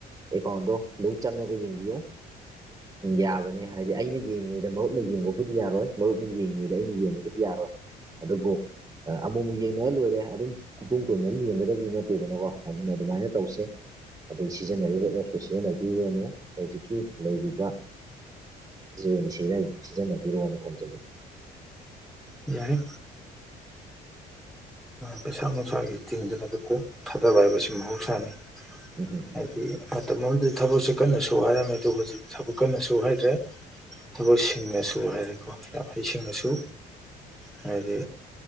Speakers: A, on the right (about 20°); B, in the centre.
A: ꯑꯦꯀꯥꯎꯟꯗꯣ ꯑꯗꯨꯝ ꯆꯪꯉꯒ ꯌꯦꯡꯕꯤꯌꯣ ꯌꯥꯕꯅꯦ ꯍꯥꯏꯗꯤ ꯑꯩꯅ ꯌꯦꯡꯉꯤꯉꯩꯗ ꯃꯔꯨꯞꯅ ꯌꯦꯡꯕꯕꯨꯗꯤ ꯌꯥꯔꯣꯏ ꯃꯔꯨꯞꯅ ꯌꯦꯡꯉꯤꯉꯩꯗ ꯑꯩꯅ ꯌꯦꯡꯉꯨꯕꯨꯗꯤ ꯌꯥꯔꯣꯏ ꯑꯗꯨꯕꯨ ꯑꯃꯨꯛꯃꯨꯛ ꯌꯦꯡꯅꯔ ꯂꯣꯏꯔꯦ ꯑꯗꯨꯝ ꯄꯨꯡ ꯀꯨꯟꯃꯔꯤ ꯌꯦꯡꯒꯗꯕꯗꯤ ꯅꯠꯇꯦꯗꯅꯀꯣ ꯑꯗꯨꯅ ꯑꯗꯨꯃꯥꯏꯅ ꯇꯧꯁꯦ ꯑꯗꯩ ꯁꯤꯖꯤꯟꯅꯔꯤꯕ ꯑꯣꯐꯁꯤꯟꯅ ꯑꯗꯨ ꯌꯦꯡꯃꯦ ꯍꯧꯖꯤꯛꯀꯤ ꯂꯩꯔꯤꯕ ꯖꯤꯣꯟꯁꯤ ꯁꯤꯖꯤꯟꯅꯕꯤꯔꯣꯑꯣꯅ ꯊꯝꯖꯒ
B: ꯌꯥꯏꯦ ꯄꯩꯁꯥ ꯅꯨꯡꯁꯥꯒꯤ ꯇꯤꯡꯗꯅꯗ ꯀꯣꯛ ꯊꯥꯗꯕ ꯍꯥꯏꯕꯁꯤ ꯃꯍꯧꯁꯥꯅꯤ
A: ꯇꯥꯕꯔꯣ
B: ꯍꯥꯏꯗꯤ ꯃꯇꯝ ꯑꯃꯗ ꯊꯕꯛꯁꯦ ꯀꯟꯅ ꯁꯨ ꯍꯥꯏꯔꯝꯃꯦ ꯑꯗꯨ ꯍꯧꯖꯤꯛꯇꯤ ꯊꯕꯛ ꯀꯟꯅ ꯁꯨ ꯍꯥꯏꯗ꯭ꯔꯦ ꯊꯕꯛꯁꯤꯡꯅꯁꯨ ꯍꯥꯏꯔꯦ ꯍꯩꯁꯤꯡꯅꯁꯨ ꯍꯥꯏꯗꯤ